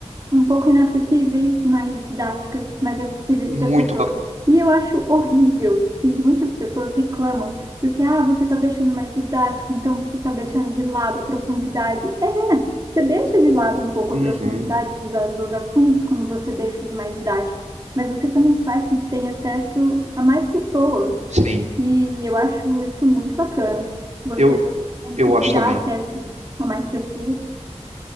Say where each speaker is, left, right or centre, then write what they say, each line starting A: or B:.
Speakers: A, on the right; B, on the right.
A: um pouco inacessíveis, mais didáticas, mais acessíveis
B: muito
A: para as pessoas.
B: bacana.
A: E eu acho horrível que muitas pessoas reclamam, porque, ah, você está deixando mais didático, então você está deixando de lado a profundidade. É, você deixa de lado um pouco
B: Uhum,
A: a profundidade dos, a- dos assuntos quando você deixa de mais didático, mas você também faz com que tenha acesso a mais pessoas.
B: sim,
A: E eu acho isso muito bacana, você
B: eu,
A: conseguir
B: eu acho
A: dar
B: também,
A: acesso a mais pessoas.